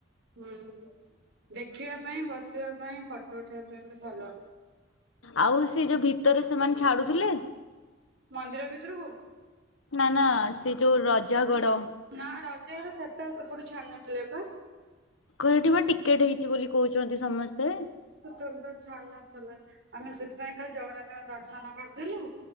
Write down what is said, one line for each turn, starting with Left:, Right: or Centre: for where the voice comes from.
Right: ହୁଁ ଦେଖିବା ପାଇଁ ବସିବା ପାଇଁ ଫଟୋଠ ତ ଭଲ
Left: ଆଉ ସେ ଯୋଉ ଭିତରେ ସେମାନେ ଛାଡୁଥିଲେ
Right: ମନ୍ଦିର ଭିତରକୁ
Left: ନା ନା ସେ ଯୋଉ ରଜାଗଡ
Right: ନା ରଜ ଘର ସେଟା ସେପଟେ ଛାଡୁ ନଥିଲେ କ
Left: ଘରେଠ ବା ଟିକେଟ ହେଇଛି ବୋଲି କହୁଛନ୍ତି ସମସ୍ତେ
Right: ସେ ତବେ ତ ଛାଡୁ ନଥିଲେ ଆମେ ସେଥିପାଇଁ ଖାଲି ଜଗନ୍ନାଥଙ୍କ ଦର୍ଶନ କରିଦେଥିଲୁ